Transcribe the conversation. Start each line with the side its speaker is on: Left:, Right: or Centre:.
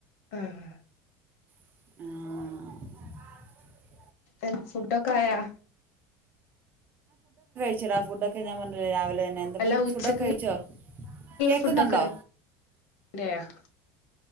Left: ആഹ്
Right: ആഹ്
Left: എ <unintelligible> ഫുഡൊക്കെ ആയാ
Right: <unintelligible> ഫുഡൊക്കെഞാൻ പറന് രാവിലെന്നെ എന്താ
Left: അല്ല
Right: ഫു
Left: ഉച്ചക്കുള്ള
Right: ഫുഡ്ക്കെ കയിച്ചോ കെക്കുന്നൊണ്ടോ
Left: ഫുഡൊക്കെ <unintelligible>